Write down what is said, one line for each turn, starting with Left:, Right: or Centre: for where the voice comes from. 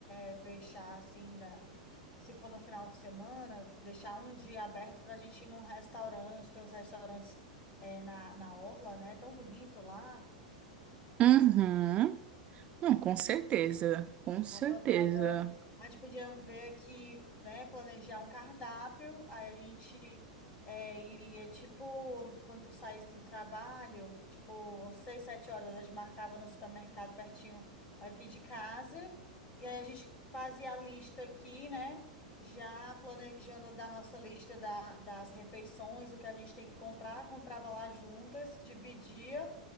Left: é, fechar assim da. Se for no final de semana, deixar um dia aberto para a gente ir num restaurante. Tem uns restaurantes é, na, na Orla, né? Tão bonito lá.
Right: Uhum. Não, com certeza. Com certeza.
Left: Dava, dava... A gente podia ver que, né, planejar um cardápio, aí a gente é, iria, tipo, quando tu saísse do trabalho, tipo, seis, sete horas, a gente marcava no supermercado pertinho aqui de casa, e aí a gente fazia a lista aqui, né, já planejando da nossa lista da, das refeições, o que a gente tem que comprar, comprava lá juntas, dividia,